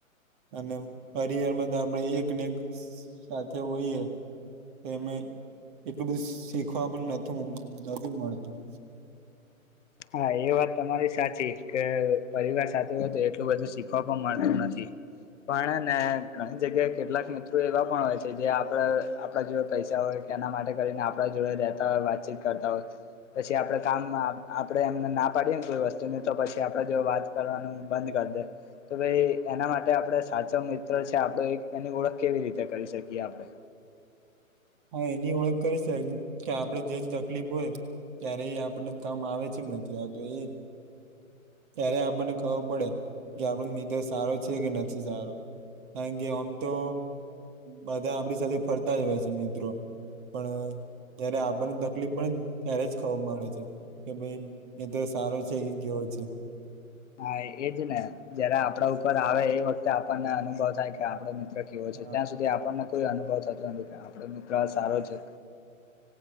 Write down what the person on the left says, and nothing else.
હા એ વાત તમારી સાચી કે પરિવાર સાથે હોય તો એટલું બધું શીખવા પણ મલતું નથી. પણ હેને ઘણી જગ્યાએ કેટલાક મિત્રો એવા પણ હોય છે જે આપણે આપણા જેવા પૈસા હોય એના માટે કરીને આપણા જોડે રહેતા હોય વાતચીત કરતા હોય પછી આપણે કામ આપડે એમને ના પાડીએ ને કોઈ વસ્તુની તો પછી આપણા જોડે વાત કરવાનું બંધ કર દે તો ભઈ એના માટે આપણો સાચો મિત્ર છે આપડો એ એની ઓળખ કેવી રીતે કરી શકીએ આપણે?
હા એજ ને જયારે આપણા ઉપર આવે એ વખતે આપણને અનુભવ થાય કે આપણો મિત્ર કેવો છે
ત્યાં સુધી આપણને કોઈ અનુભવ થતો નથી કે આપણો મિત્ર આ સારો છે.